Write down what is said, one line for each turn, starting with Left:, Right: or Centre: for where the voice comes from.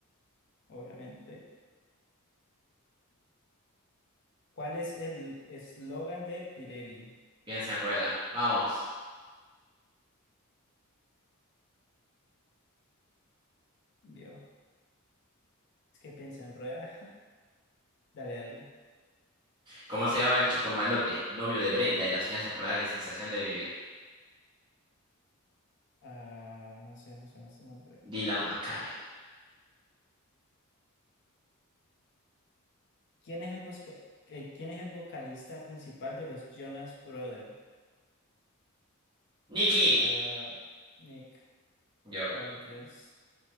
Left: obviamente. ¿Cuál es el eslogan de Pirelli?
Right: Piensa en rueda. Vamos.
Left: Vio, es que piensa en rueda. <laughs> Dale, dale.
Right: ¿Cómo se llama el chico malote, novio de Brenda en las primeras temporadas de Sensación de Vivir?
Left: Ah, no sé, me suena ese nombre.
Right: Dylan
Left: Ah.
Right: McKay.
Left: ¿Quién es el busca- eh, ¿Quién es el vocalista principal de los Jonas Brothers?
Right: Nicky.
Left: Ah, Nick,
Right: Yo.
Left: ay Dios.